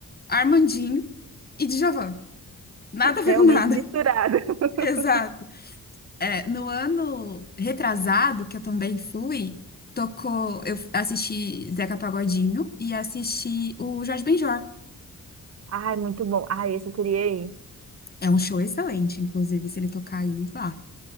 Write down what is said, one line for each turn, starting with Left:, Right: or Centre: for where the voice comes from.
Left: Armandinho e Djavan. Nada a ver
Right: realmente
Left: com nada.
Right: misturado. <laughs>
Left: <laughs> Exato. É, no ano retrasado, que eu também fui, tocou. Eu assisti Zeca Pagodinho e assisti o Jorge Benjor.
Right: Ai, muito bom. Ai, esse eu queria ir.
Left: É um show excelente, inclusive, se ele tocar aí, vá.